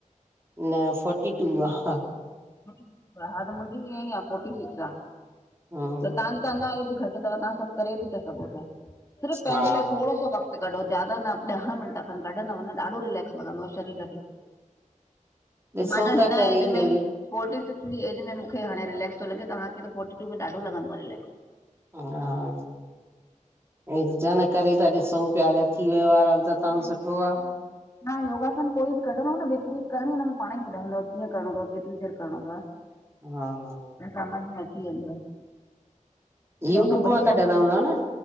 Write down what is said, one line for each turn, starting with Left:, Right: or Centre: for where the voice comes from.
Right: न, फोर्टी टू आ
Left: फोर्टी आ, हा त मुंहिंजी ईअं ई आ, फोर्टी सिक्स आ,
Right: हूं
Left: त तव्हांजी त अञां ऐज घटि त, तव्हां सभु करे बि था सघो पिया, सिर्फ़ु पंहिंजे
Right: हा
Left: लाइ थोर सो वक़्तु त कढो, ज्यादा न ॾह मिंट, खन कढंदव न ॾाढो रिलेक्स लॻंदव शरीर खे
Right: ॾिसूं
Left: मांजो
Right: था
Left: हिन ऐज
Right: करे इहो
Left: में
Right: ई
Left: फोर्टी सिक्स जी ऐज में मूंखे हाणे रिलेक्स थो लॻे, तव्हखे त फोर्टी टू में ॾाढो लॻंदव रिलेक्स
Right: हा, इन करे था ॾिसूं पिया अगर थी वियो आराम सां तव्हां
Left: हा,
Right: सुठो
Left: हा,
Right: आ
Left: ह हा, योगासन कोई बि कढंदो न, विपरीत करण ई हुन में पाण ई ॿधाईंदो, कीअं करणो तव केतिरी देर करिणो तव
Right: हा, हा
Left: त समझ में अची वेंदव।
Right: यूट्यूब
Left: ॿियो सभु बढिया
Right: मां कढंदा
Left: आहे?
Right: हूंदव न?